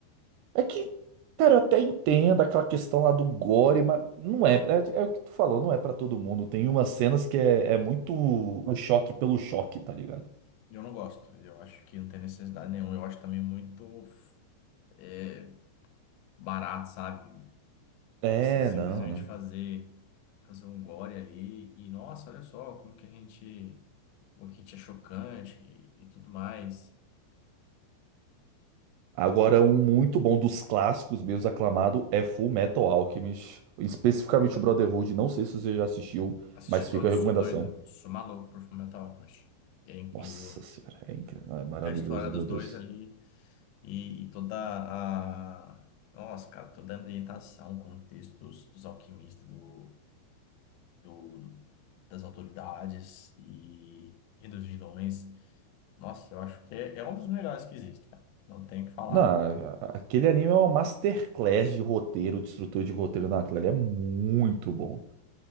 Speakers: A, on the right (about 85°); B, on the left (about 80°).
A: É que, cara, eu até entendo aquela questão lá do gore, mas não é. É, é o que tu falou, não é pra todo mundo. Tem umas cenas que é, é muito o choque pelo choque, tá ligado?
B: Eu não gosto. Eu acho que não tem necessidade nenhuma. Eu acho também muito é, barato, sabe?
A: É,
B: Você simplesmente
A: não, não.
B: fazer fazer um gore ali e nossa, olha só como que a gente como que a gente é chocante e, e tudo mais.
A: Agora, um muito bom dos clássicos meus aclamado é Full Metal Alchemist. Especificamente o Brotherhood. Não sei se você já assistiu,
B: Assisti
A: mas
B: todos,
A: fica a recomendação.
B: sou doido, sou maluco por Fullmetal Alchemist. E é incrível
A: Nossa senhora, é incrível, é maravilhoso,
B: a história dos
A: meu
B: dois
A: Deus.
B: ali e, e toda a nossa, cara, toda a ambientação, o contexto dos, dos alquimistas do, do das autoridades e, e dos vilões. Nossa, eu acho que é, é um dos melhores que existe, cara. Não tenho o que falar.
A: Não, a- a- aquele anime é uma masterclass de roteiro, de estrutura de roteiro naquela ele É muito bom.